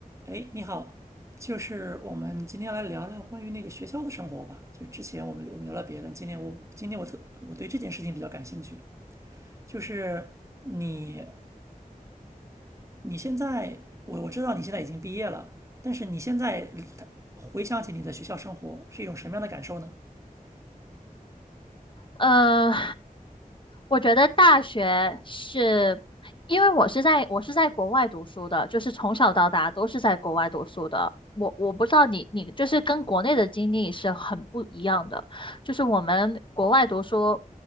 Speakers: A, on the right; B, on the left.
A: 哎，你好，就是我们今天来聊聊关于那个学校的生活吧。就之前我们我们聊了别的，今天我今天我特我对这件事情比较感兴趣。就是你你现在，我我知道你现在已经毕业了，但是你现在回想起你的学校生活是一种什么样的感受呢？
B: 呃，我觉得大学是，因为我是在我是在国外读书的，就是从小到大都是在国外读书的。我我不知道你你就是跟国内的经历是很不一样的，就是我们国外读书，